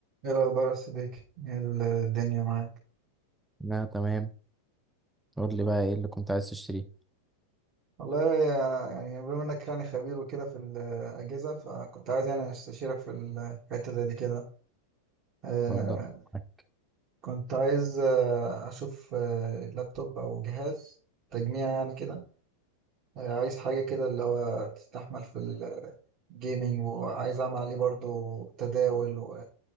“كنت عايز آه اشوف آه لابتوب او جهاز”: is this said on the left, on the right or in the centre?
Right